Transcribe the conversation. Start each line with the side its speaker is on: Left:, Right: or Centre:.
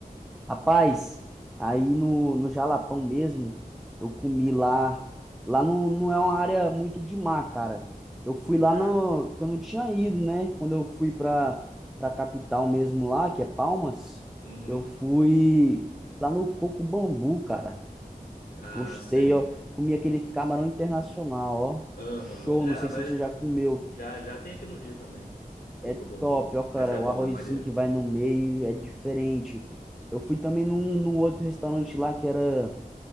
Centre: Rapaz, aí no, no Jalapão mesmo, eu comi lá. Lá não, não é uma área muito de mar, cara. Eu fui lá
Left: É?
Centre: no, que eu não tinha ido, né? Quando eu fui pra, pra capital mesmo lá, que é Palmas,
Left: Uhum.
Centre: eu fui lá no Coco Bambu, cara.
Left: Ah,
Centre: Gostei,
Left: sim.
Centre: ó. Comi aquele camarão internacional, ó.
Left: Aham.
Centre: Show,
Left: É,
Centre: não sei
Left: mas
Centre: se você já comeu.
Left: Já, já tem aqui no Rio também. Coco
Centre: É
Left: Bambu.
Centre: top, ó, cara.
Left: Mas é
Centre: O
Left: bom,
Centre: arrozinho
Left: é maneiro.
Centre: que vai no meio é diferente. Eu fui também num, num outro restaurante lá que era.